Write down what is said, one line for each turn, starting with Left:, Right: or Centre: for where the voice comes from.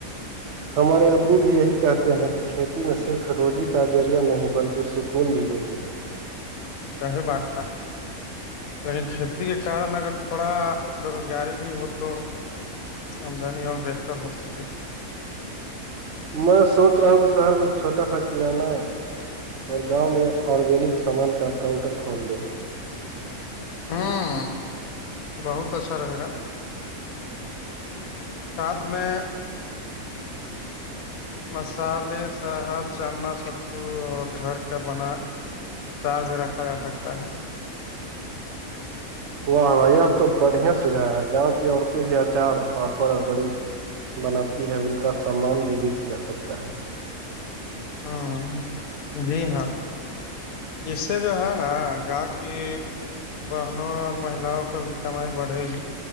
Right: ہمارے ابو بھی یہی کہتے ہیں کہ کھیتی میں صرف روزی کا ذریعہ نہیں بلکہ کی سکون بھی دیتی ہیں
Left: صی بات تھا نی کھیتی کے کارن اگر تھوڑا بےروزگاری بھی ہو تو آمدنی اور بہتر ہو سکتی
Right: میں سوچ رہا ہوں کہ شہر میں ایک چھوٹا سا کرانہ اور گاؤں میں آرگینک سامان کا کاؤنٹر کھول دیں
Left: ہوں بہت اچھا رہے گا ساتھ میں مسالے شہد چنا سو اور گھر کا بنا اچار بھی رکھا جا سکتا ہے
Right: واہ یہ تو بڑھیا سجھا ہے گاؤں کی عورتیں بھی اچار پاپڑ اور بڑی بناتی ہے ان کا سامان بھی بک جا سکتا ہے
Left: ہوں جی ہاں اس سے جو ہے نا گاؤں کی بہن اور مہیلاؤں پ بھی کمائی بڑھے گی